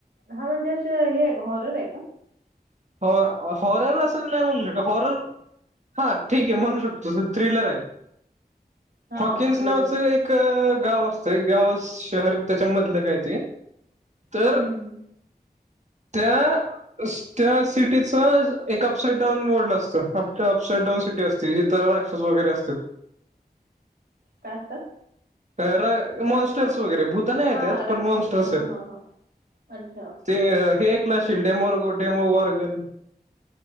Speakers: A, on the right; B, on the right.
A: हा म्हणजे असं हे हॉरर आहे का?
B: हॉर हाँरर असं नाही म्हणु शकत हॉरर हा ठीक आहे म्हणू शकतो. तस थ्रिलर आहे,
A: हा
B: हॉकिन्स
A: थ्रिलर
B: नावाचं
A: आहे.
B: एक एक गाव असतं एक गाव शहर त्याच्यामधलं काय ते, तर
A: हम्म, हम्म, हम्म.
B: त्या त्या सिटीचा एक अपसाइड डाउन वर्ल्ड असत अप अपसाइड डाऊन सिटी असते. ते एक्सेस वगैरे असतं.
A: काय असतं?
B: तर, मॉन्स्टर्स वगैरे भूत नाहीत
A: हा
B: त्यात
A: राक्षस
B: पण मॉन्स्टर्स
A: हा
B: आहेत.
A: हा हा अच्छा
B: ते हे ऐकलं असशील डेमोरग डेमो गोरगन.